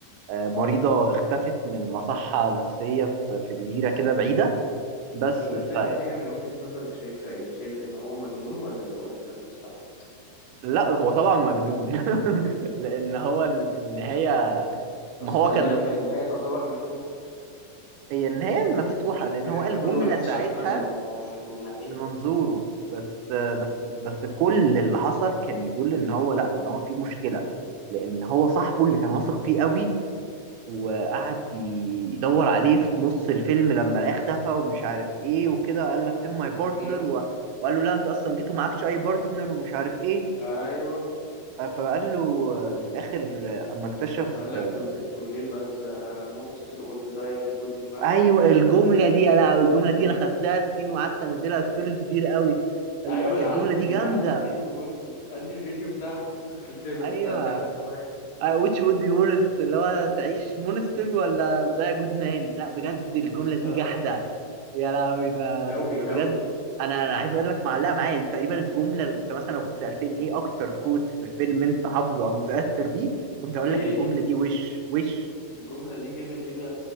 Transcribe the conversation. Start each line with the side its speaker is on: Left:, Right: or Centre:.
Right: آه، مريضة اختفت من مصحة نفسية في في جزيرة كده بعيدة بس
Left: طب
Right: ف
Left: انت النهايه من وجهه نظرك شايفها ايه شايف ان هو مجنون ولا ولا كان بيستعبط
Right: لا هو طبعا مجنون <laughs> لأن هو ال- النهاية ما
Left: اصل
Right: هو
Left: خلي
Right: كان
Left: بالك هي النهايه تعتبر مفتوحه
Right: هي النهاية مفتوحة لأن
Left: يعني
Right: هو قال
Left: كل
Right: جملة
Left: واحد
Right: ساعتها
Left: شافها من آه، من ناحيته
Right: من منظوره بس آه، بس بس كل اللي حصل كان يدل إن هو لا إن هو في مشكلة لأن هو صاحبه اللي كان واثق فيه قوي وقعد ي- يدور عليه في نص الفيلم لما لقاه اختفى ومش عارف ايه وكده قال لك فين ماي بارتنر
Left: امم
Right: و... وقال له لا انت اصلا جيت ومعكش اي بارتنر ومش عارف ايه
Left: ايوه
Right: آه، فقال له آه، في الاخر آه، اما اكتشف
Left: لما قال لك
Right: آه،
Left: to, to live as a monster or to die as a good man
Right: ايوه الجمله دي يا لهوي الجمله دي
Left: امم
Right: انا خدتها سكين وقعدت انزلها ستوريز كتير قوي ال-
Left: ايوه انا
Right: الجمله
Left: عندي
Right: دي جامده
Left: عندي فيديو برضه عندي الفيديو بتاعها حاططها في الفيفوريتس
Right: ايوه
Left: عندي على الموبايل
Right: آه، which would be worst اللي هو تعيش مونستر ولا ده جود مان لا بجد الجملة
Left: بالظبط
Right: دي جحدة يا لهوي ده
Left: أوي
Right: ده, ده بجد
Left: أوي
Right: انا انا عايز اقول لك معلقة معايا دي تقريبا الجملة انت مثلا لو كنت سألتني ايه اكتر كوت في فيلم انت حافظه او متأثر بيه كنت اقول
Left: هي
Right: لك الجملة
Left: دي
Right: دي وش وش
Left: الجملة دي كده كده